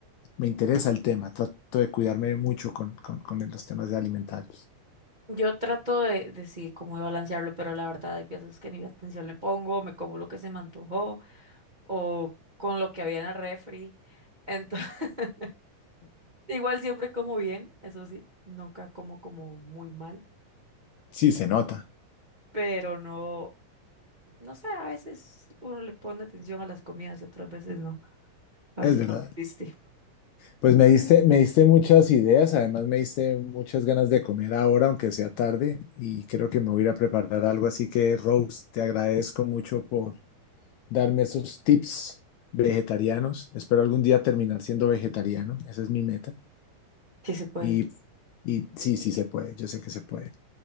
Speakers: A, on the left; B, on the right.
A: me interesa el tema. Trato de cuidarme mucho con, con, con los temas de alimentarios.
B: Yo trato de, de sí, como de balancearlo, pero la verdad hay veces que ni atención le pongo, me como lo que se me antojó o con lo que había en el refri. Entonces, <laughs> igual siempre como bien, eso sí, nunca como como muy mal.
A: Sí, se nota,
B: pero no, no sé, a veces uno le pone atención a las comidas y otras veces no. A
A: es
B: veces
A: verdad.
B: solo existe.
A: Pues me diste, me diste muchas ideas, además me diste muchas ganas de comer ahora, aunque sea tarde, y creo que me voy a ir a preparar algo, así que Rose, te agradezco mucho por darme esos tips vegetarianos. Espero algún día terminar siendo vegetariano, esa es mi meta.
B: Sí se puede.
A: Y, y sí, sí se puede, yo sé que se puede.